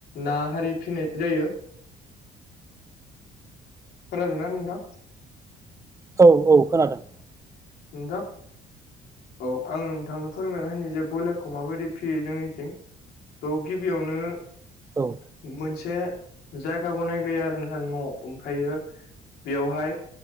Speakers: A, on the left; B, on the right.
A: ना हारि फिनाय जायो खोनादोंना नोंथां
B: औ औ खोनादों
A: नोंथां औ आं नोंथांनो फोरमायना होनि जे बयलारखौ माबायदि फियो जोंनिथिं द गिबियावनो मोन
B: औ
A: मोनसे जायगा बनायबाय आरो नोंथां न'आव ओमफ्रायो बेयावहाय